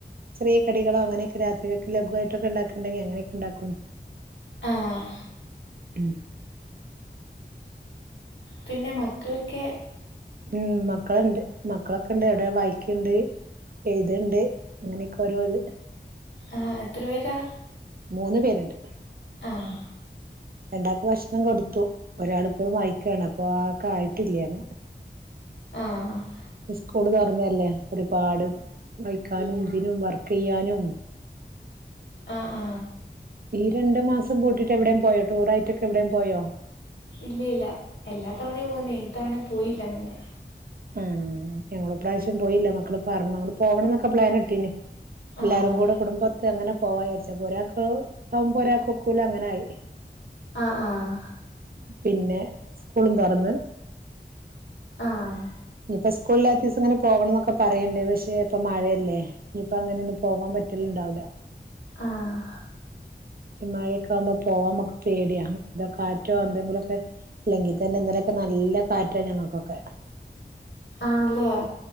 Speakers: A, on the right; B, on the left.
A: ചെറിയ കടികളോ അങ്ങനെയൊക്കെ രാത്രിലേക്ക് ലഘുവായിട്ടൊക്കെണ്ടാക്കണ്ടെങ്കി അങ്ങനെയൊക്കെണ്ടാക്കും.
B: ആഹ്
A: ഉം
B: പിന്നെ മക്കളക്കെ?
A: ഉം മക്കളണ്ട് മക്കളൊക്കെ ഇണ്ട് ഏടൊ വായിക്ക്ണ്ട്. എഴുത്ണ്ട് അങ്ങനെയൊക്കെ ഓരോ ഇത്.
B: ആ എത്ര പേരാ?
A: മൂന്ന് പേര്ണ്ട്
B: ആഹ്
A: രണ്ടാക്ക് ഭഷ് ണം കൊടുത്തു ഒരാളിപ്പഴും വായിക്കാണ് അപ്പൊ ആക്കായിട്ടില്ല്യാന്ന്.
B: ആഹ്
A: സ്കൂള് തൊറന്നല്ലേ ഒരുപാട് വായിക്കാനും ഇതിനും വർക്കെയ്യാനും
B: ആ ആ
A: ഈ രണ്ടു മാസം കൂട്ടിട്ടെവിടേം പോയോ ടൂറായിട്ടൊക്കെ എവിടേം പോയോ?
B: ഇല്ല ഇല്ല എല്ലാ തവണയും പോന്നേ ഇത്തവണ പോയില്ലങ്ങനെ.
A: ഉം ഞങ്ങളുപ്രാശ്യം പോയില്ല മക്കള് പറഞ്ഞു നമുക്ക് പോവണന്നൊക്കെ പ്ലാനിട്ടീനി. എല്ലാരും
B: ആഹ്
A: കൂടെ കുടുംബത്ത് അങ്ങനെ പോവായേച്ച് അപ്പ ഒരാക്ക് ആവുമ്പരാക്കൊക്കൂല അങ്ങനായി.
B: ആഹ് ആഹ്
A: പിന്നെ സ്കൂളും തൊറന്ന്.
B: ആഹ്
A: ഇപ്പ സ്കൂളില്ലാത്ത ദെവസം അങ്ങനെ പോകണന്നൊക്കെ പറയണ്ട് പഷെ ഇപ്പ മഴയല്ലേ ഇനിയിപ്പയങ്ങനെനൊന്നും പോവാം പറ്റലുണ്ടാവില്ല
B: ആഹ്
A: ഈ മഴയൊക്കെ ആവുമ്പോ പോവാൻ നമ്മക്ക് പേടിയാ വല്ല കാറ്റോ എന്തെങ്കിലൊക്കെ ഇല്ലെങ്കി തന്നെ ഇന്നലെ പ്പ നല്ല കാറ്റാ ഞങ്ങക്കൊക്കെ.
B: ആണല്ലേ